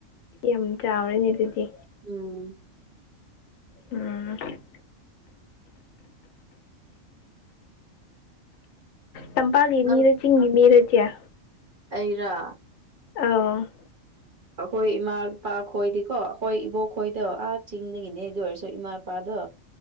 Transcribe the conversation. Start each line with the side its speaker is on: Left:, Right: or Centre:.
Left: ꯌꯥꯝ ꯆꯥꯎꯔꯦꯅꯦ ꯑꯗꯨꯗꯤ
Right: ꯎꯝ
Left: ꯎꯝ ꯇꯝꯄꯥꯛꯒꯤ
Right: ꯅꯪ
Left: ꯃꯤꯔ ꯆꯤꯡꯉ ꯃꯤꯔ ꯆꯌꯥ
Right: ꯑꯩꯔꯥ
Left: ꯑ
Right: ꯑꯩꯈꯣꯏ ꯏꯃꯥ ꯏꯄꯥ ꯈꯣꯏꯗꯤꯀꯣ ꯑꯩꯈꯣꯏ ꯏꯕꯣꯛ ꯈꯣꯏꯗꯣ ꯑꯥ ꯆꯤꯡꯗꯒꯤꯅꯦ ꯑꯗꯨ ꯑꯣꯏꯔꯁꯨ ꯏꯃꯥ ꯏꯄꯥꯗꯣ